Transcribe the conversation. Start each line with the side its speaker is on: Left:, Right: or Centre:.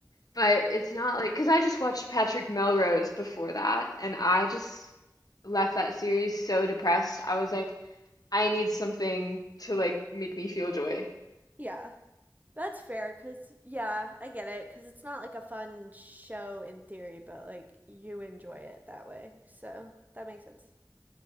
Left: But it's not like, because I just watched Patrick Melrose before that, and I just left that series so depressed. I was like, I need something to like make me feel joy.
Right: <laughs> yeah. That's fair, because, yeah, I get it, because it's not like a fun show in theory, but like you enjoy it that way. So that makes sense.